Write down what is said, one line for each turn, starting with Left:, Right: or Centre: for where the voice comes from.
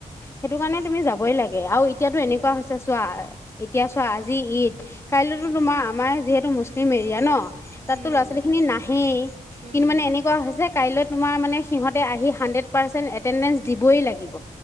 Left: সেইটো কাৰণে তুমি যাবই লাগে। আৰু এতিয়াতো
Right: উম,
Left: এনেকুৱা হৈছে চোৱা। এতিয়া চোৱা আজি ঈদ। কাইলৈতো তোমাৰ আমাৰ যিহেতু মুছলিম এৰিয়া ন- তাতো
Right: উম,
Left: ল'ৰা ছোৱালী খিনি নাহেই,
Right: উম।
Left: কিন্তু মানে এনেকুৱা হৈছে- কাইলৈ তোমাৰ মানে সিহঁতে আহি হাণ্ড্ৰেড পাৰ্চেণ্ট এটেণ্ডেন্ঞ্চ দিবই লাগিব।